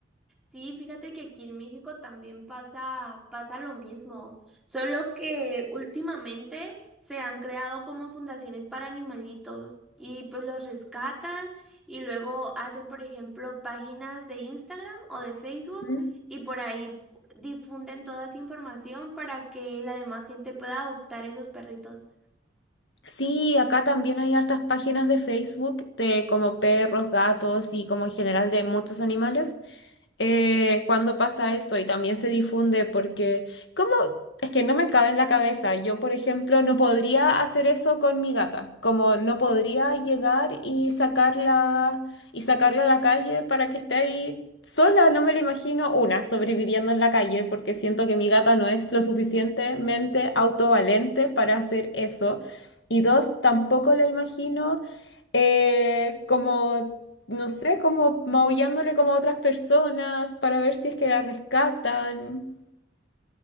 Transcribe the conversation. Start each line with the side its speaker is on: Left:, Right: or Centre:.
Centre: sí, fíjate que aquí en México también pasa, pasa lo mismo, solo que últimamente se han creado como fundaciones para animalitos y pues los rescatan y luego hacen, por ejemplo, páginas de Instagram o de Facebook
Left: ¿Mm?
Centre: y por ahí difunden toda esa información para que la demás gente pueda adoptar esos perritos.
Left: Sí, acá también hay hartas páginas de Facebook de como perros, gatos y como en general de muchos animales. eh, cuando pasa eso y también se difunde porque, ¿cómo? Es que no me cabe en la cabeza. Yo, por ejemplo, no podría hacer eso con mi gata. Como no podría llegar y sacarla y sacarla a la calle para que esté ahí sola. No me la imagino una sobreviviendo en la calle porque siento que mi gata no es lo suficientemente autovalente para hacer eso. Y dos, tampoco la imagino eh, como, no sé, como maullándole como a otras personas para ver si es que la rescatan.